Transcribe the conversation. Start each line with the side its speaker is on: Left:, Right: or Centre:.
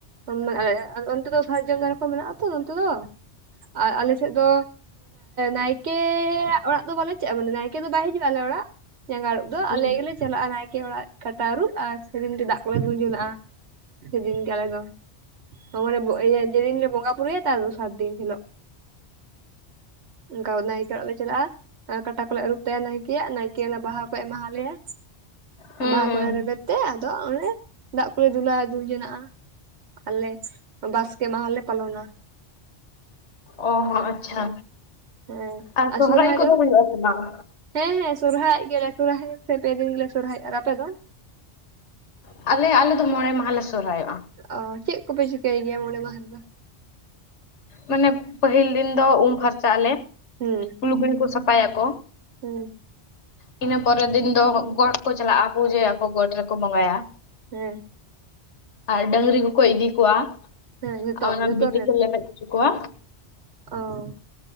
Right: <unintelligible> ᱚᱱᱛᱮ ᱫᱚ ᱥᱟᱨᱡᱚᱢ ᱫᱟᱨᱮ ᱠᱚ ᱢᱮᱱᱟᱜᱼᱟ ᱛᱚ ᱱᱚᱛᱮ ᱫᱚ᱾ ᱟᱨ ᱟᱞᱮ ᱥᱮᱫ ᱫᱚ ᱱᱟᱭᱠᱮᱻᱭᱟᱜ ᱚᱲᱟᱜ ᱫᱚ ᱵᱟᱞᱮ ᱪᱟᱜᱼᱟ ᱢᱟᱱᱮ ᱱᱟᱭᱠᱮ ᱫᱚ ᱵᱟᱭ ᱦᱤᱡᱩᱜᱼᱟ ᱟᱞᱮ ᱚᱲᱟᱜ ᱡᱟᱸᱜᱟ ᱩᱲᱚᱜ ᱫᱚ
Left: ᱦᱩᱸ
Right: ᱟᱞᱮ ᱜᱮᱞᱮ ᱪᱟᱞᱟᱜ-ᱟ ᱱᱟᱭᱠᱮ ᱚᱲᱟᱜ ᱠᱟᱴᱟ ᱟᱹᱨᱩᱵ ᱟᱨ ᱥᱮᱫᱤᱱ ᱜᱮ ᱫᱟᱜ ᱠᱚᱞᱮ ᱫᱩᱞ ᱡᱩᱱᱟᱜ-ᱟ᱾ ᱥᱮᱫᱤᱱ ᱜᱮ ᱟᱞᱮ ᱫᱚ, ᱢᱟᱱᱮ ᱡᱮᱫᱤᱱ ᱞᱮ ᱵᱚᱸᱜᱟ-ᱵᱩᱨᱩᱭᱟ ᱛᱟᱨ ᱫᱚᱥᱟᱨ ᱫᱤᱱ ᱦᱤᱞᱳᱜ᱾ ᱚᱱᱠᱟ ᱱᱟᱭᱠᱤ ᱚᱲᱟᱜ ᱞᱮ ᱪᱟᱞᱟᱜ-ᱟ᱾ ᱠᱟᱴᱟ ᱠᱚᱞᱮ ᱟᱹᱨᱩᱵ ᱛᱟᱭᱟ ᱱᱟᱭᱠᱤᱭᱟᱜ ᱱᱟᱭᱠᱤ ᱚᱱᱟ ᱵᱟᱦᱟ ᱠᱚᱭ ᱮᱢᱟ ᱞᱮᱭᱟ᱾
Left: ᱦᱩᱸ
Right: ᱵᱟᱦᱟ
Left: ᱦᱩᱸ
Right: ᱠᱚ ᱨᱮ ᱨᱮᱵᱮᱫ ᱛᱮ ᱟᱫᱚ ᱚᱱᱮ ᱫᱟᱜ ᱠᱚᱞᱮ ᱫᱩᱞᱟ ᱫᱩᱞ ᱡᱚᱱᱟᱜ-ᱟ᱾ ᱟᱞᱮ ᱵᱟᱥᱠᱮ ᱢᱟᱦᱟ ᱞᱮ ᱯᱟᱞᱚᱱᱟ᱾
Left: ᱚ ᱦᱚᱸ ᱟᱪᱪᱷᱟ
Right: ᱦᱮᱸ ᱦᱮᱸ
Left: ᱟᱨ ᱥᱚᱦᱚᱨᱟᱭ
Right: ᱥᱚᱨᱦᱟᱭ
Left: ᱠᱚᱫᱚ
Right: ᱫᱚ
Left: ᱦᱩᱭᱩᱜ-ᱟ ᱥᱮ ᱵᱟᱝ?
Right: ᱦᱮᱸ ᱦᱮᱸ ᱥᱚᱨᱦᱟᱭᱚᱜ ᱜᱮᱭᱟ ᱞᱮ ᱥᱚᱨᱦᱟᱭ ᱯᱮ ᱫᱤᱱ ᱜᱮᱞᱮ ᱥᱚᱨᱦᱟᱭᱚᱜᱼᱟ ᱟᱨ ᱟᱯᱮ ᱫᱚ?
Left: ᱟᱞᱮ ᱟᱞᱮ ᱫᱚ ᱢᱚᱬᱮ ᱢᱟᱦᱟ ᱞᱮ ᱥᱚᱨᱦᱟᱭᱚᱜ-ᱟ᱾
Right: ᱚ ᱪᱮᱫ ᱠᱚᱯᱮ ᱪᱤᱠᱟᱹᱭ ᱜᱮᱭᱟ ᱢᱚᱬᱮ ᱢᱟᱦᱟ ᱨᱮᱫᱚ?
Left: ᱢᱟᱱᱮ ᱯᱟᱹᱦᱤᱞ ᱫᱤᱱ ᱫᱚ ᱩᱢ ᱯᱷᱟᱨᱪᱟᱜ ᱟᱞᱮ
Right: ᱦᱩᱸ
Left: ᱞᱩᱜᱽᱲᱤ ᱠᱩ ᱥᱟᱯᱷᱟᱭᱟᱠᱚ᱾
Right: ᱦᱩᱸ᱾
Left: ᱤᱱᱟᱹ ᱯᱚᱨᱮ ᱫᱤᱱ ᱫᱚ ᱜᱚᱰ ᱠᱚ ᱪᱟᱞᱟᱜ-ᱟ ᱯᱩᱡᱟᱹᱭᱟᱠᱚ ᱜᱚᱰ ᱨᱮᱠᱚ ᱵᱚᱸᱜᱟᱭᱟ᱾
Right: ᱦᱮᱸ᱾
Left: ᱟᱨ ᱰᱟᱺᱝᱨᱤ ᱠᱚᱠᱚ ᱤᱫᱤ ᱠᱚᱣᱟ
Right: ᱦᱮᱸ ᱡᱷᱚᱛᱚ
Left: ᱟᱨ ᱚᱱᱟ
Right: ᱡᱷᱚᱛᱚ
Left: ᱵᱤᱞᱤ ᱠᱚ ᱞᱮᱵᱮᱫ ᱠᱚᱣᱟ᱾
Right: ᱚᱻ᱾